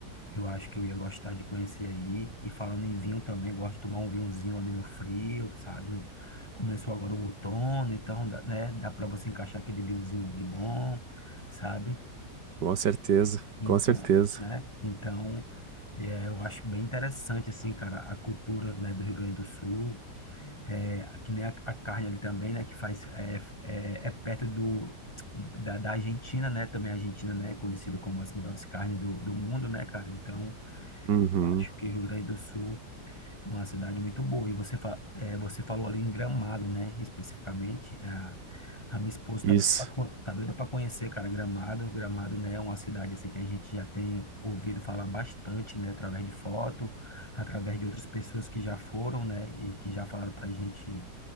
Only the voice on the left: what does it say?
eu acho que eu ia gostar de conhecer aí. E falando em vinho também, gosto de tomar um vinhozinho ali no frio, sabe? No- Começou agora o outono, então, dá- né? Dá para você encaixar aquele vinhozinho ali bom sabe?
Então,
né? Então, é, eu acho bem interessante, assim, cara, a cultura, né, do Rio Grande do Sul, é, que nem a, a carne ali também, né, que faz, é, é, é perto do, da, da Argentina, né, também a Argentina, né, é conhecida como as melhores carnes do, do mundo, né, cara, então,
eu acho que o Rio Grande do Sul é uma cidade muito boa. E você, fa é, você falou ali em Gramado, né? Especificamente. A, a minha esposa
tá doida pra, co- tá doida para conhecer, cara, Gramado. Gramado, né, é uma cidade assim que a gente já tem ouvido falar bastante, né? Através de foto, através de outras pessoas que já foram, né? E que já falaram pra gente